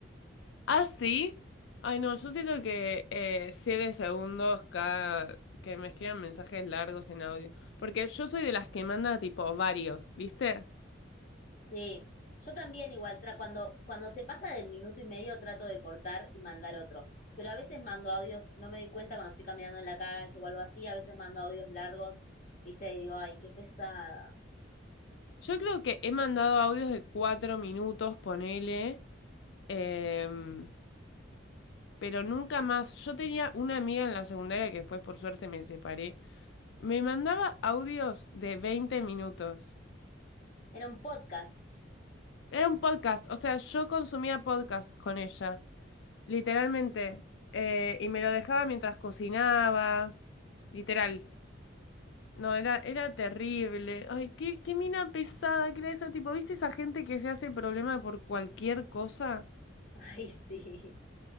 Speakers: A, on the left; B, on the left.
A: ¿Ah, sí? Ay, no, yo siento que eh, 7 segundos cada... que me escriban mensajes largos en audio. Porque yo soy de las que manda tipo varios, ¿viste?
B: Sí, yo también igual, tra- cuando, cuando se pasa del minuto y medio trato de cortar y mandar otro, pero a veces mando audios, no me doy cuenta cuando estoy caminando en la calle o algo así, a veces mando audios largos, viste, y digo, ay, qué pesada.
A: Yo creo que he mandado audios de cuatro minutos, ponele, em, pero nunca más. Yo tenía una amiga en la secundaria que después por suerte me separé. Me mandaba audios de 20 minutos.
B: Era un podcast.
A: Era un podcast, o sea, yo consumía podcast con ella, literalmente. Eh, y me lo dejaba mientras cocinaba, literal. No, era, era terrible. Ay, qué, qué mina pesada que era esa, tipo, ¿viste esa gente que se hace problema por cualquier cosa?
B: <laughs> Ay, sí.